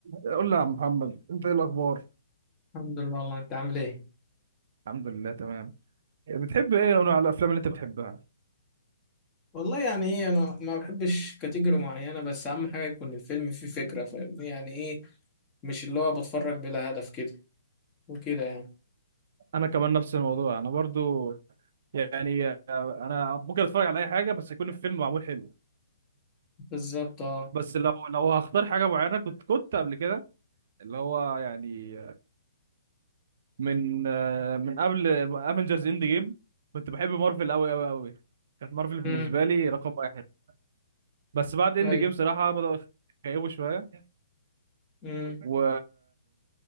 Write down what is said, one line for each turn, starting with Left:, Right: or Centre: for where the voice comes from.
Right: قول لي يا عم محمد انت ايه الاخبار
Left: الحمد لله والله انت عامل ايه
Right: الحمد لله تمام بتحب ايه نوع من الافلام اللي انت بتحبها
Left: والله يعني ايه انا ما بحبش كاتيجوري معينه بس اهم حاجه يكون الفيلم فيه فكره فاهمني يعني ايه مش اللي هو بتفرج بلا هدف كده وكده يعني
Right: انا كمان نفس الموضوع انا برضو يعني آه، انا ممكن اتفرج على اي حاجه بس يكون الفيلم معمول حلو
Left: بالظبط اه
Right: بس لو لو هختار حاجه معينه كنت كنت قبل كده اللي هو يعني من آه، من قبل افنجرز اند جيم كنت بحب مارفل قوي قوي قوي كانت مارفل بالنسبه
Left: امم
Right: لي رقم واحد بس بعد اند
Left: ايوه
Right: جيم صراحه بدأوا يخيبوا شويه
Left: امم
Right: و